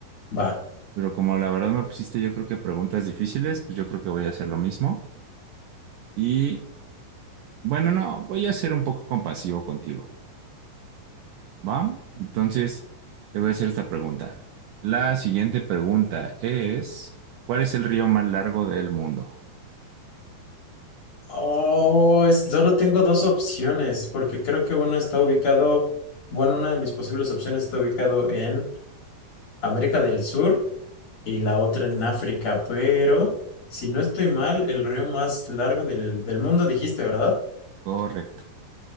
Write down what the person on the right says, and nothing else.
Pero como la verdad me pusiste yo creo que preguntas difíciles, pues yo creo que voy a hacer lo mismo. Y bueno, no, voy a ser un poco compasivo contigo. ¿Va? Entonces, te voy a hacer esta pregunta. La siguiente pregunta es, ¿cuál es el río más largo del mundo?
Correcto.